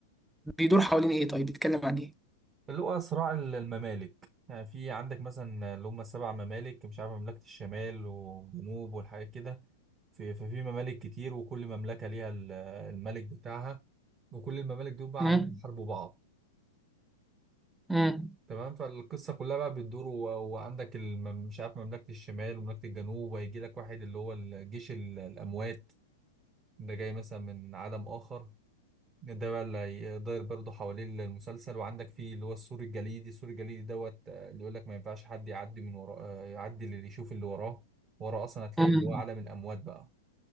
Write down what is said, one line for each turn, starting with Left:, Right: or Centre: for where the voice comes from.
Centre: بيدور حوالين ايه طيب بيتكلم عن ايه
Right: اللي هو صراع الممالك يعني في عندك مثلا اللي هم السبع ممالك مش عارف مملكة الشمال والجنوب والحاجات كده في- ففي ممالك كتير وكل مملكة ليها ال- الملك بتاعها وكل الممالك دول بقى
Centre: امم
Right: عاملين يحاربوا بعض
Centre: امم
Right: تمام فالقصة كلها بقى بتدور و- وعندك الم- مش عارف مملكة الشمال ومملكة الجنوب وهيجي لك واحد اللي هو الجيش ال- الأموات ده جاي مثلا من عالم آخر ده بقى اللي هيدار برضه حوالين المسلسل وعندك فيه اللي هو السور الجليدي السور الجليدي دوت آه، اللي يقول لك ما ينفعش حد يعدي من وراه آه، يعدي اللي يشوف اللي وراه وراه اصلا هتلاقي
Centre: امم
Right: اللي هو عالم الاموات بقى